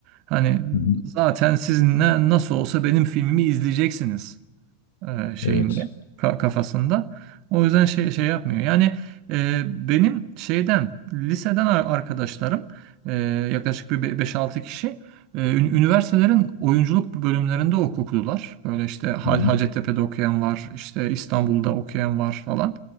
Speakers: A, on the right; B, on the left.
A: Hani
B: Hı hı.
A: zaten siz ne nasıl olsa benim filmimi izleyeceksiniz. e, şeyinde
B: Evet.
A: ka- kafasında. O yüzden şey şey yapmıyor. Yani e, benim şeyden liseden ar- arkadaşlarım e, yaklaşık bir be- 5-6 kişi e, ün- üniversitelerin oyunculuk bölümlerinde oku- okudular. Böyle işte Ha-
B: Hı
A: Hacettepe'de okuyan var, işte İstanbul'da okuyan var falan.